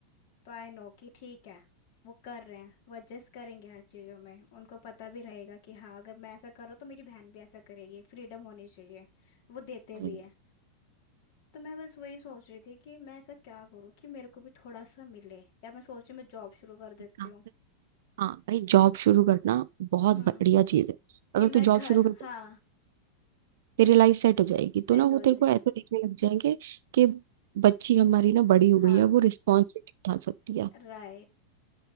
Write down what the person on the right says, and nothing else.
हम्म,
एक काम
कर हाँ भाई जॉब शुरू करना बहुत
बढ़िया चीज है अगर
तू
जॉब शुरू कर
तेरी लाइफ सेट हो जाएगी
तो ना वो
तेरे को ऐसे देखने लग जाएंगे कि बच्ची हमारी ना बड़ी हो
गई है वो रिस्पॉन्सिबिलिटी उठा सकती है